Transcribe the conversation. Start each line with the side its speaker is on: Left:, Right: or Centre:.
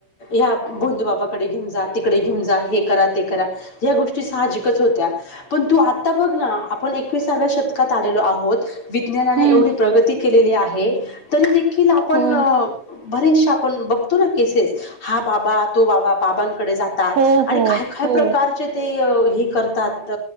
Left: ह भोंदू बाबाकडे घेऊन जा तिकडे घेऊन जा हे करा ते करा ह्या गोष्टी साहजिकच होत्या पण तु आता बग ना आपण एकविसाव्या शतकात आलेलो आहोत विज्ञानाने
Right: हं.
Left: एवढी प्रगती केलेली आहे तरी देखील आपण
Right: हो.
Left: बरेचसे आपण बघतो ना केसेस हा बाबा तो बाबा बाबांकडे जातात
Right: हो,
Left: आणि
Right: हो.
Left: काय काय
Right: हो.
Left: प्रकारचे ते हे करतात